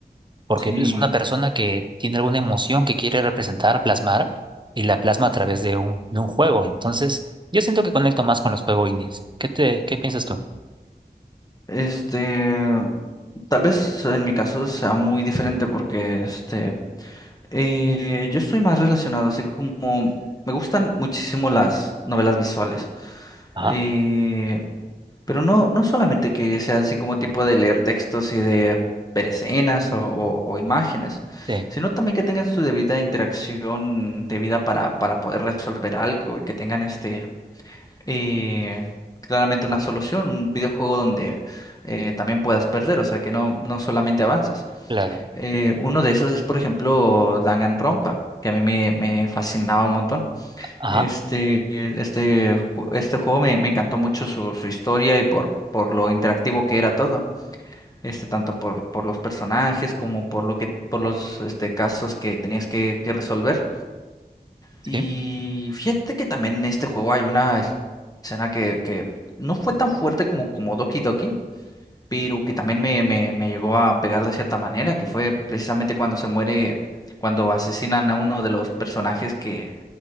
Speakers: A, on the right; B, on the left.
A: porque
B: Sí.
A: es una persona que tiene alguna emoción que quiere representar, plasmar, y la plasma a través de un, de un juego. Entonces, yo siento que conecto más con los juegos indies. ¿Qué te, qué piensas tú?
B: Este, tal vez en mi caso sea muy diferente porque este, eh, yo estoy más relacionado así como me gustan muchísimo las novelas visuales.
A: Ajá,
B: Eh, Pero no, no solamente que sea así como tipo de leer textos y de ver escenas o, o- o imágenes,
A: sí,
B: sino también que tengan su debida interacción debida para, para poder resolver algo y que tengan este eh, claramente una solución, un videojuego donde eh, también puedas perder, o sea que no, no solamente avances.
A: claro.
B: Eh, uno de esos es, por ejemplo, Danganronpa, que a mí me, me fascinaba un montón.
A: Ajá.
B: Este, este, ju- este juego me, me encantó mucho su, su historia y por, por lo interactivo que era todo. Este, tanto por, por los personajes como por lo que, por los este, casos que tenías que, que resolver. Y
A: sí.
B: fíjate que también en este juego hay una escena que, que no fue tan fuerte como, como Doki Doki, pero que también me, me, me llegó a pegar de cierta manera, que fue precisamente cuando se muere, cuando asesinan a uno de los personajes que